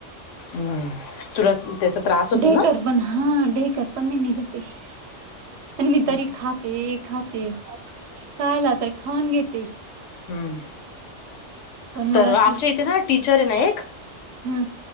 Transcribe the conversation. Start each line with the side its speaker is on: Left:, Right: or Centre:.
Left: हम्म. तुला त्याचा त्रास होतो
Right: डेकर
Left: ना?
Right: पण हा डेकर पण नाही निघतं ये. आणि मी तरी
Left: अच्छा.
Right: खाते खाते, खयला तर खाऊन घेते.
Left: हम्म.
Right: पण मग
Left: तर
Right: असं
Left: आमच्या इथे ना टीचर आहे ना एक.
Right: हम्म